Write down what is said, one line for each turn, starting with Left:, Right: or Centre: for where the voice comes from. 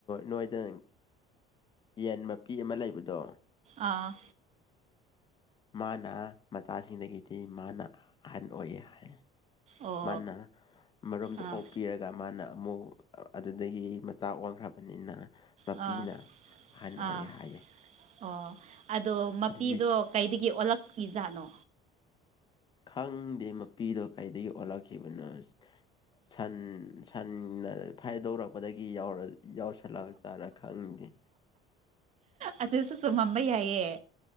Left: ꯅꯣꯏꯗ ꯌꯦꯟ ꯃꯄꯤ ꯑꯃ ꯂꯩꯕꯗꯣ
Right: ꯑꯥ
Left: ꯃꯥꯅ ꯃꯆꯥꯁꯤꯡꯗꯒꯤꯗꯤ ꯃꯥꯅ ꯑꯍꯟ ꯑꯣꯏꯌꯦ ꯍꯥꯏ꯫
Right: ꯑꯣ
Left: ꯃꯥꯅ ꯃꯔꯣꯝꯗ
Right: ꯑꯥ
Left: ꯑꯣꯞꯄꯤꯔꯒ ꯃꯥꯅ ꯑꯃꯨꯛ ꯑꯗꯨꯗꯒꯤ ꯃꯆꯥꯥꯛ ꯑꯣꯟꯈ꯭ꯔꯕꯅꯤꯅ꯫ ꯃꯄꯤꯅ
Right: ꯑꯥ
Left: ꯑꯍꯟ
Right: ꯑꯥ
Left: ꯑꯣꯏꯌꯦ ꯍꯥꯏꯌꯦ꯫
Right: ꯑꯣ ꯑꯗꯣ ꯃꯄꯤꯗꯣ
Left: ꯑꯗꯨꯗꯤ
Right: ꯀꯩꯗꯒꯤ ꯑꯣꯜꯂꯛꯄꯤ ꯖꯥꯠꯅꯣ꯫
Left: ꯈꯪꯗꯦ ꯃꯄꯤꯗꯣ ꯀꯩꯗꯒꯤ ꯑꯣꯜꯂꯛꯈꯤꯕꯅꯣ꯫ ꯁꯟ ꯁꯟꯅ ꯐꯥꯏꯗꯧꯔꯛꯄꯗꯒꯤ ꯒꯤ ꯌꯥꯎꯔ ꯌꯥꯎꯁꯜꯂꯛ ꯆꯥꯔ ꯈꯪꯉꯗꯦ꯫
Right: ꯑꯗꯨꯁꯨ ꯆꯨꯝꯃꯝꯕ ꯌꯥꯏꯌꯦ